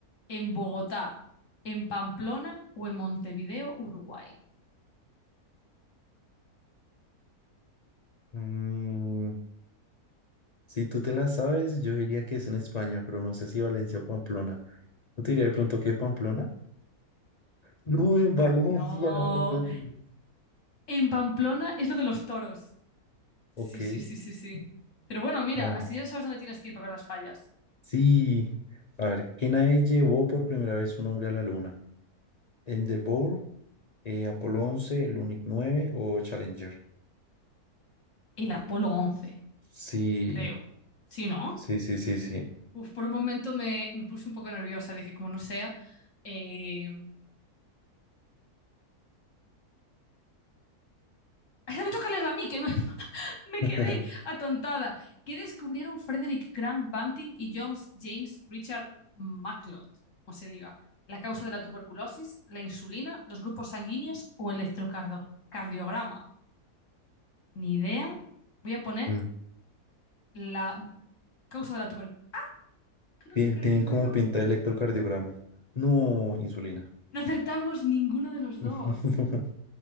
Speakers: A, on the left; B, on the left.
A: ¿En Bogotá? ¿En Pamplona o en Montevideo, Uruguay?
B: Mm, Si tú te la sabes, yo diría que es en España, pero no sé si Valencia o Pamplona. yo te diría de pronto que Pamplona? No, en Valencia,
A: No.
B: no me lo puedo creer.
A: En Pamplona es lo de los toros.
B: Ok,
A: Sí, sí, sí, sí, sí. Pero bueno, mira,
B: a ver.
A: así ya sabes dónde tienes que ir para ver las fallas.
B: Sí, a ver, ¿qué nave llevó por primera vez un hombre a la luna? ¿Endeavour, eh, Apolo once Lunik nueve o Challenger?
A: El Apolo 11,
B: Sí,
A: creo. ¿Sí, no?
B: sí, sí, sí, sí.
A: Uf, por un momento me, me puse un poco nerviosa. Dije, como no sea, eh, Esa me toca leerla a mí, que me, <laughs> me
B: <laughs>
A: quedé atontada. ¿Qué descubrieron Frederick Grant Banting y John James Richard McLeod? O se diga, la causa de la tuberculosis, la insulina, los grupos sanguíneos o el electrocardiograma. Ni idea. Voy a poner
B: Mm,
A: la causa de la tuberculosis. ¿Qué no
B: tien-
A: tengo que
B: Tienen
A: decirlo
B: como
A: yo?
B: pinta de electrocardiograma. No, insulina.
A: No acertamos ninguno de los
B: <laughs>
A: dos.